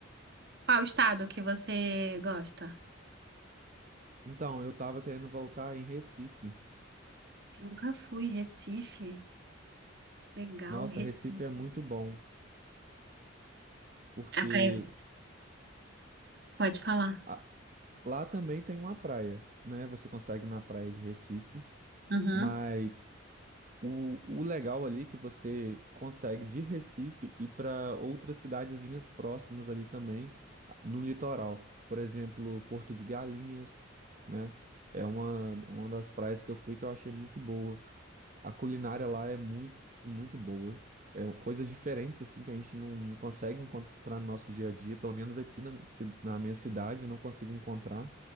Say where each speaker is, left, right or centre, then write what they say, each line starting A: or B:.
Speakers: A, on the right (about 55°); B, on the right (about 40°).
A: Qual estado que você gosta?
B: Então, eu tava querendo voltar em Recife.
A: Eu nunca fui, Recife. Legal,
B: Nossa,
A: Recife.
B: Recife é muito bom, porque
A: É praia. Pode falar.
B: a- lá também tem uma praia, né? Você consegue ir na praia de Recife,
A: Uhum.
B: mas o, o legal ali é que você consegue de Recife ir para outras cidadezinhas próximas ali também, a- no litoral. Por exemplo, Porto de Galinhas, né? É uma, uma das praias que eu fui que eu achei muito boa. a culinária lá é muito, muito boa. É coisas diferentes assim que a gente não consegue encontrar no nosso dia a dia, pelo menos aqui na, mi- ci- na minha cidade eu não consigo encontrar.